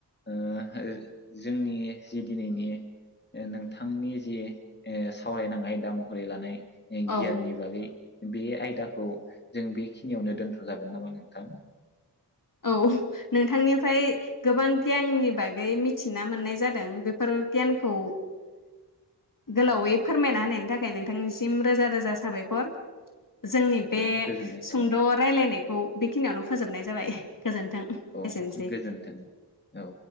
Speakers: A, on the left; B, on the left.
A: ओ ओ जोंनि जि दिनैनि ओ नोंथांनि जि ओ सावरायनां आयदा महरै लानाय ओ
B: औ
A: गियाननि बागै बे आयदाखौ जों बेखिनियावनो दोनथ'जागोन नामा नोंथां?
B: औ नोंथांनिफ्राय गोबां गियाननि बागै मिथिना मोननाय जादों बेफोर गियानखौ गोलावै फोरमायना होनायनि थाखाय नोंथांनिसिम रोजा रोजा साबायखर। जोंनि बे
A: औ गोजोननाय
B: सुंद'
A: थाबाय
B: रायलायनायखौ बे खिनियावनो फोजोबनाय जाबाय। गोजोन्थों
A: औ
B: एसेनोसै
A: गोजोनथों औ।